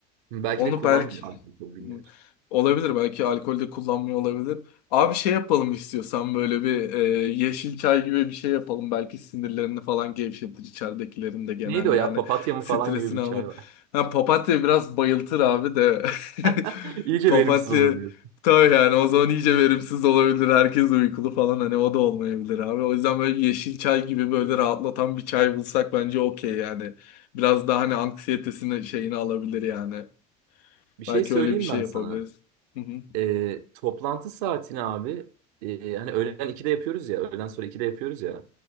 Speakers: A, on the right; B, on the left.
A: Belki
B: Onu
A: de kullanmıyor.
B: belki
A: alkol, Bilmiyoruz.
B: olabilir belki alkolde kullanmıyor olabilir. Abi şey yapalım istiyorsan böyle bir e, yeşil çay gibi bir şey yapalım. Belki sinirlerini falan gevşetir içeridekilerin de genel
A: Neydi o
B: yani
A: ya? Papatya mı
B: stresini
A: falan gibi bir
B: alır.
A: çay var.
B: Ha, papatya biraz bayıltır abi de <laughs>
A: <laughs> İyice
B: papatya
A: verimsiz olur diyor.
B: tabii yani o zaman iyice verimsiz olabilir. Herkes uykulu falan hani o da olmayabilir abi. O yüzden böyle yeşil çay gibi böyle rahatlatan bir çay bulsak bence okey yani. Biraz daha hani anksiyetesini şeyini alabilir yani.
A: Bir şey
B: Belki
A: söyleyeyim
B: öyle bir şey
A: ben
B: yapabiliriz.
A: sana.
B: Hı hı.
A: Ee, toplantı saatini abi e, hani öğlen 2'de yapıyoruz ya öğleden sonra 2'de yapıyoruz ya.